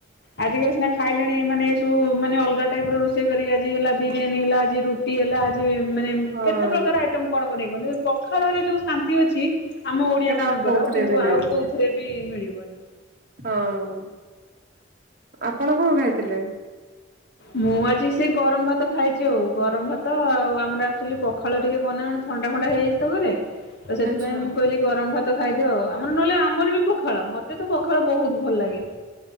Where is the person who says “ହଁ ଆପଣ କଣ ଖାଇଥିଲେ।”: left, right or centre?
Right